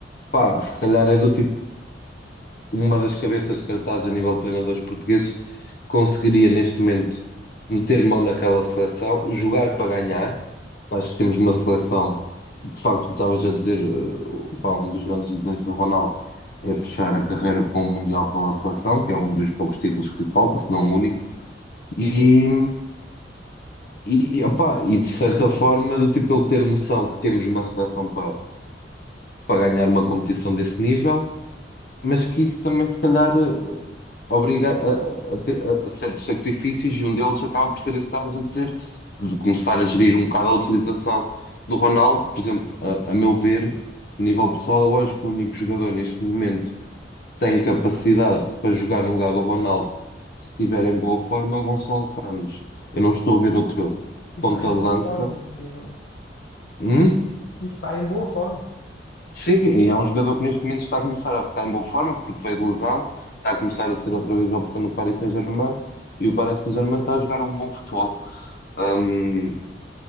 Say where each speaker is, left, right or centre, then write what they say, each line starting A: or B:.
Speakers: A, on the left; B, on the left.
A: Pá, se calhar é do tipo uma das cabeças de cartaz a nível de treinadores portugueses, que conseguiria neste momento meter mão naquela seleção, jogar para ganhar. Acho que temos uma seleção, de facto, tu estavas a dizer, eh, pá, um dos grandes desejos do Ronaldo é fechar a carreira com o Mundial pela seleção, que é um dos poucos títulos que lhe falta, se não o único. E, e, e, opá, e de certa forma, do tipo ele ter noção que temos uma seleção para, para ganhar uma competição desse nível mas que isso também, se calhar, eh, obriga a, a ter a certos sacrifícios e um deles acaba por ser isso que estavas a dizer, de começar a gerir um bocado a utilização do Ronaldo. Por exemplo, a, a meu ver, a nível pessoal, eu acho que o único jogador neste momento que tem capacidade para jogar no lugar do Ronaldo, se estiver em boa forma, é o Gonçalo Ramos. Eu não estou a ver outro
B: E
A: ponta
B: está em
A: de
B: boa
A: lança.
B: forma, ainda por cima, não é?
A: Hum?
B: E está em boa forma.
A: Sim, e é um jogador que neste momento está a começar a ficar em boa forma, porque veio de lesão, está a começar a ser outra vez a opção no Paris Saint-Germain, e o Paris Saint-Germain está a jogar um bom futebol. Hum,